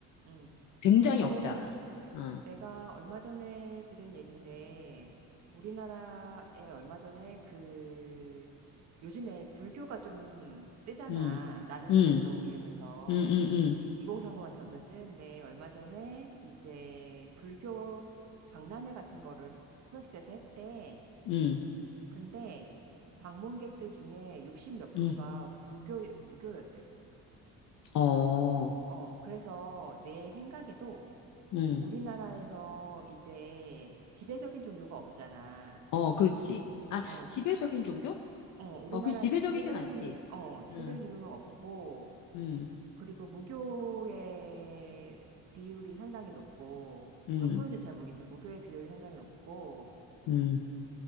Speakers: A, on the right (about 55°); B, on the left (about 60°).
A: 음.
B: 굉장히
A: 그리고,
B: 없잖아. 응,
A: 내가 얼마 전에 들은 얘긴데, 우리나라에 얼마 전에 그, 요즘에 불교가 좀 뜨잖아.
B: 응,
A: 나는
B: 응,
A: 절로 이러면서
B: 응, 응, 응,
A: 2030한테 완전 뜨는데, 얼마 전에 이제 불교 박람회 같은 거를 코엑스에서 했대.
B: 응,
A: 근데 방문객들 중에 60몇 프로가
B: 응,
A: 무교, 무교였대.
B: 어,
A: 어, 그래서 내 생각에도
B: 응.
A: 우리나라에서 이제 지배적인 종교가 없잖아.
B: 어, 그렇지. 아,
A: 어,
B: 지배적인
A: 집,
B: 종교?
A: 어, 우리나라에서
B: 어, 그 지배적이진
A: 지배적인
B: 않지.
A: 종, 어, 지배적인
B: 응,
A: 종교가 없고,
B: 응,
A: 그리고 무교의 비율이 상당히 높고,
B: 응,
A: 몇 프로인지 잘 모르겠지만, 무교의 비율이 상당히 높고,
B: 응,